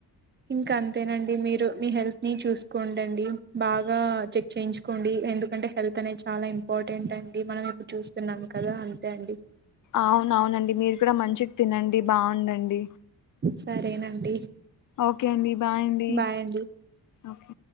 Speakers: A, on the right; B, on the left.
A: ఇంకా అంతేనండి మీరు మీ హెల్త్ ని చూసుకోండండి బాగా చెక్ చేయించుకోండి. ఎందుకంటే హెల్త్ అనేది చాలా ఇంపార్టెంట్ అండి. మనం ఇప్పుడు చూస్తున్నాం కదా అంతే అండి.
B: అవునవునండి మీరు కూడా మంచికి తినండి బాగుండండి.
A: సరేనండి.
B: ఓకే అండి. బాయ్ అండి
A: బాయండి.
B: ఓకే